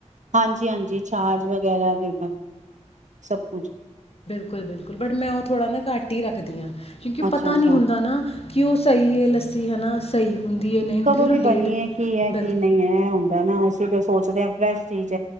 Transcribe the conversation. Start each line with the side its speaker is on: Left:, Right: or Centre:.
Right: ਹਾਂਜੀ ਹਾਂਜੀ ਛਾਜ ਵਗੈਰਾ ਦੇ ਸਭ ਕੁਝ
Left: ਬਿਲਕੁਲ ਬਿਲਕੁਲ ਬਟੈਂ ਥੋੜ੍ਹਾ ਨਾ ਘਟ ਹੀ ਰੱਖਦੀਾਂ ਕਿਉਂਕਿ
Right: ਅੱਛਾ-ਅੱਛਾ,
Left: ਪਤਾ ਨਹੀਂੀ ਹੁੰਦਾ ਨਾ ਕਿ ਉਹ ਸਹੀ ਹੈ ਲੱਸੀ ਹਨਾ ਸਹੀ ਹੁੰਦੀ ਹੈ ਨਹੀਂ ਹੁੰਦੀ
Right: ਕਦੋਂ
Left: ਚਲੋ
Right: ਦੀ ਬਣੀਏ
Left: ਡੇਟ
Right: ਕੀ ਹੈ
Left: ਬਿਲ
Right: ਕੀ ਨਹੀਂ ਹੈ ਇਹ ਹੁੰਦਾ ਨਾ ਅਸੀਂ ਸੋਚਦੇ ਹ ਫਰੈਸ਼ ਚੀਜ਼